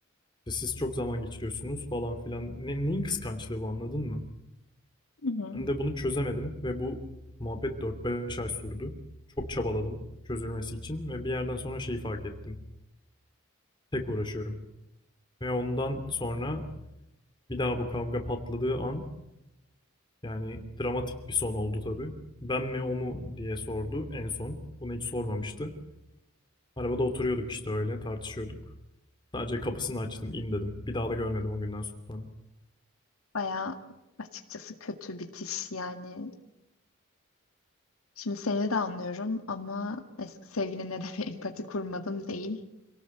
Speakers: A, on the left (about 20°); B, on the left (about 80°).
A: işte siz çok zaman geçiriyorsunuz falan filan. Ne, neyin kıskançlığı bu anladın mı?
B: hı. hı.
A: Ben de bunu çözemedim ve bu muhabbet dört beş ay sürdü. Çok çabaladım çözülmesi için ve bir yerden sonra şeyi fark ettim. Tek uğraşıyorum. Ve ondan sonra bir daha bu kavga patladığı an yani dramatik bir son oldu tabii. Ben mi o mu diye sordu en son. Bunu hiç sormamıştı. Arabada oturuyorduk işte öyle tartışıyorduk. Sadece kapısını açtım in dedim. Bir daha da görmedim o günden sonra.
B: Bayağı açıkçası kötü bitiş yani. Şimdi seni de anlıyorum ama eski sevgiline de bir empati kurmadım değil.